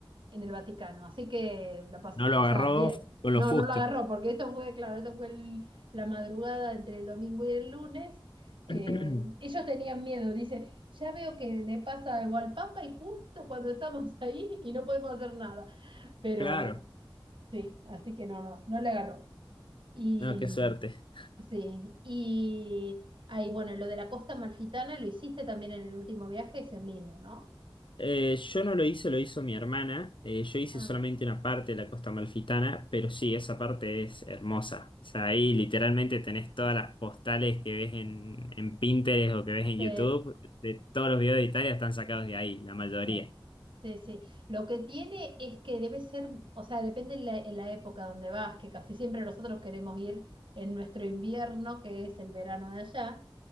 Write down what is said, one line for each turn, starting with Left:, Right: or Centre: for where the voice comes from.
Right: en el Vaticano. Así que la pasó,
Left: No lo
Right: o
Left: agarró
Right: sea, bien.
Left: con
Right: No,
Left: lo justo.
Right: no lo agarró, porque esto fue, claro, esto fue el- la madrugada entre el domingo y el lunes. Eh,
Left: <clears throat>
Right: ellos tenían miedo, dice, ya veo que le pasa algo al Papa y justo cuando estamos <laughs> ahí y no podemos hacer nada. Pero
Left: Claro.
Right: bueno, sí, así que no, no, no le agarró. Y
Left: No, qué
Right: mm,
Left: suerte.
Right: sí, y ahí, bueno, lo de la costa amalfitana lo hiciste también en el último viaje, eso es lindo, ¿no?
Left: Eh, yo no lo hice, lo hizo mi hermana. Eh, yo hice
Right: Ah,
Left: solamente una parte de la Costa Amalfitana, pero sí, esa parte es hermosa. O sea, ahí literalmente tenés todas las postales que ves en, en Pinterest o que ves en
Right: sí.
Left: YouTube. De todos los videos de Italia están sacados de ahí, la mayoría.
Right: Sí, sí, sí. Lo que tiene es que debe ser, o sea, depende en la, en la época donde vas, que casi siempre nosotros queremos ir en nuestro invierno, que es el verano de allá.